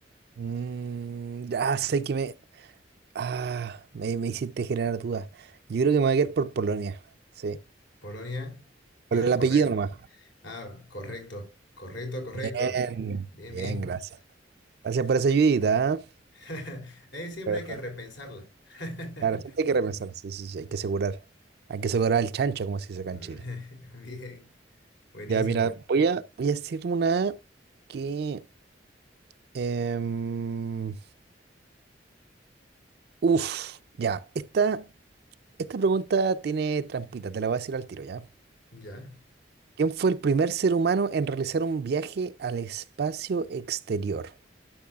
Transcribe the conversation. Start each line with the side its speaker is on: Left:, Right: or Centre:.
Right: Mm, ya sé que me, ah, me, me hiciste generar dudas. Yo creo que me voy a ir por Polonia. Sí.
Left: Polonia, ah,
Right: Por el
Left: correcto.
Right: apellido nomás.
Left: Ah, correcto, correcto, correcto.
Right: Bien,
Left: Bien,
Right: bien,
Left: bien.
Right: gracias. Gracias por esa ayudita, ¿ah?
Left: <laughs> Eh, siempre
Right: Pero,
Left: hay que repensarla. <laughs>
Right: Claro, siempre hay que repensar. Sí, sí, sí, hay que asegurar. Hay que asegurar el chancho, como se dice acá
Left: <laughs>
Right: en Chile.
Left: Bien, buenísimo.
Right: Ya, mira, voy a, voy a hacer una que. em, uf, ya. Esta. Esta pregunta tiene trampita, te la voy a decir al tiro ya.
Left: Ya.
Right: ¿Quién fue el primer ser humano en realizar un viaje al espacio exterior?